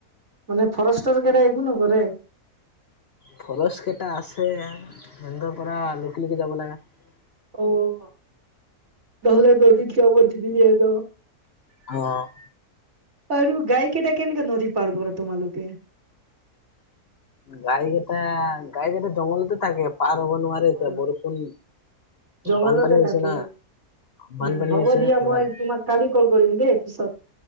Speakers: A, on the right; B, on the left.
A: মানে ফৰেষ্টৰ কেৰা এইগ নো কৰে
B: ফৰচ কেইটা আছে এ পৰা লুক লকে যাব লাগা <unintelligible>
A: অ' নলে দ দি যাব তিবি দি এদ
B: অ'।
A: আৰু গাইকেইটা কেনেকে নদী পাৰ কৰে তোমালোকে?
B: গাইকেইটা গাইকেইটা জংঘলতে থাকে পাৰ হ'ব নোৱাৰে
A: হয়,
B: এতিয়া বৰষুণ
A: জংঘলতে
B: বানপানী হৈছে
A: থাকে
B: না। বানপানী
A: উম হ'ব
B: হৈছে
A: দিয়া
B: সেইকাৰণে
A: মই তোমাক কালি কল কৰিম দেই পিছত।